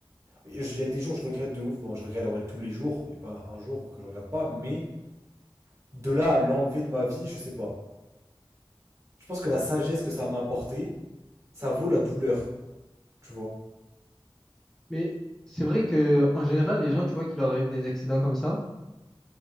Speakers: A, on the right (about 35°); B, in the centre.
A: Et j- Il y a des jours, je regrette de ouf. Bon, je regrette en vrai tous les jours, et pas un jour que je regrette pas, mais de là à l'enlever de ma vie, je sais pas. Je pense que la sagesse que ça m'a apporté, ça vaut la douleur, tu vois.
B: Mais c'est vrai que en général, les gens, tu vois, qui leur arrivent des accidents comme ça,